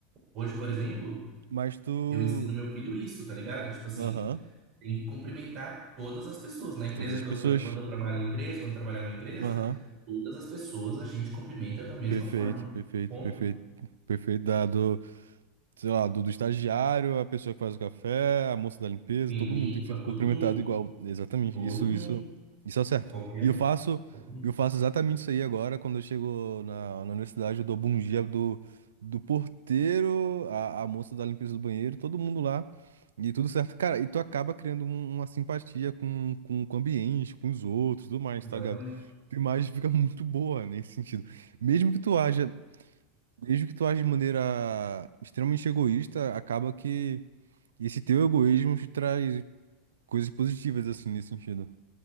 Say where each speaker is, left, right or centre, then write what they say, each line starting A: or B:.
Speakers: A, on the right; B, on the right.
A: Hoje, por exemplo,
B: Mas tu.
A: eu ensino meu filho isso, tá ligado? Tipo assim,
B: Aham.
A: tem que cumprimentar todas as pessoas. Na empresa
B: Todas as
A: que
B: pessoas.
A: eu, tra- quando eu trabalho em empresa, quando eu trabalhava em empresa,
B: Aham.
A: todas as pessoas a gente cumprimenta da mesma
B: Perfeito,
A: forma.
B: perfeito,
A: Ponto.
B: perfeito, perfeito dado sei lá, do, do estagiário, a pessoa que faz o café, a moça da limpeza,
A: Quem
B: todo
A: limpa,
B: mundo tem que ser cumprimentado
A: todo mundo.
B: igual. Exatamente.
A: Todo
B: Isso, isso,
A: mundo.
B: isso é certo.
A: Qualquer
B: E eu
A: um.
B: faço,
A: qualquer um.
B: eu faço exatamente isso aí agora, quando eu chego na, na universidade, eu dou bom dia do, do porteiro, a, a moça da limpeza do banheiro, todo mundo lá. E tudo certo. Cara, e tu acaba criando um- uma simpatia com, com, com o ambiente, com os outros, tudo mais,
A: Exatamente.
B: tá ligado? Tua imagem fica muito boa nesse sentido. Mesmo que tu haja Desde que tu age de maneira extremamente egoísta, acaba que esse teu egoísmo te traz coisas positivas, assim, nesse sentido.